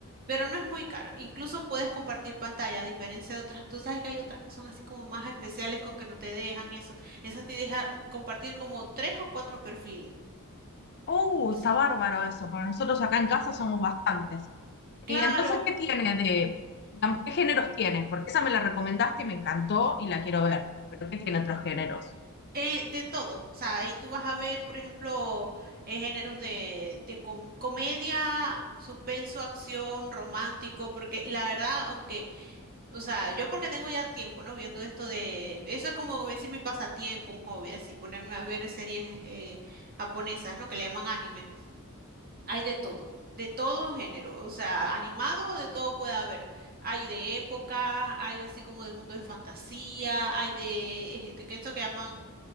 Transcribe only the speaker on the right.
pero no es muy caro. Incluso puedes compartir pantalla, a diferencia de otras, tú sabes que hay otras que son así como más especiales con que no te dejan eso. Esa te deja compartir como tres o cuatro perfiles.
Sí,
claro,
eh, de todo. O sea, ahí tú vas a ver, por ejemplo, eh, géneros de, de com- comedia, suspenso, acción, romántico, porque la verdad, aunque, o sea, yo porque tengo ya tiempo, ¿no? Viendo esto de, eso es como como decir mi pasatiempo, un hobby, así ponerme a ver series eh, japonesas, ¿no? Que le llaman anime. Hay de todo, de todo género, o sea, animado de todo puede haber. Hay de época, hay así como de mundo de fantasía, hay de, eh, de que esto que llaman